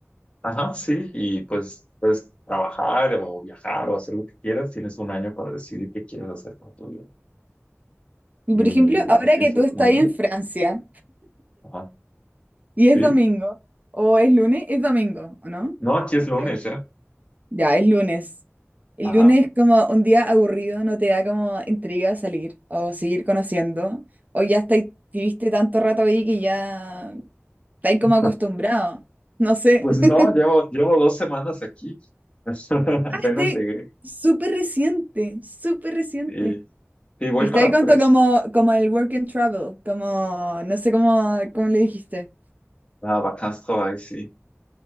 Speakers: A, on the left; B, on the right.
A: ajá, sí, y pues puedes trabajar o viajar o hacer lo que quieras. Tienes un año para decidir qué quieres hacer con tu vida.
B: Y
A: Y
B: por ejemplo, ahora
A: así
B: que
A: fue
B: tú
A: como
B: estás
A: llegué.
B: ahí en Francia
A: Ajá,
B: y es
A: sí.
B: domingo, o es lunes, es domingo, ¿o no?
A: No, aquí es lunes
B: Bien.
A: ya.
B: Ya, es lunes. El
A: Ajá.
B: lunes es como un día aburrido, no te da como intriga salir o seguir conociendo, o ya estáis, viviste tanto rato ahí que ya estáis como
A: <laughs>
B: acostumbrado. No sé.
A: Pues no,
B: <laughs>
A: llevo, llevo dos semanas aquí. <laughs>
B: Ah,
A: Apenas
B: estoy
A: llegué.
B: súper reciente, súper reciente.
A: Y, y voy
B: Y está
A: para
B: ahí conto
A: tres.
B: como, como el work and travel, como, no sé cómo, cómo le dijiste.
A: Ah, vacances, travail, sí.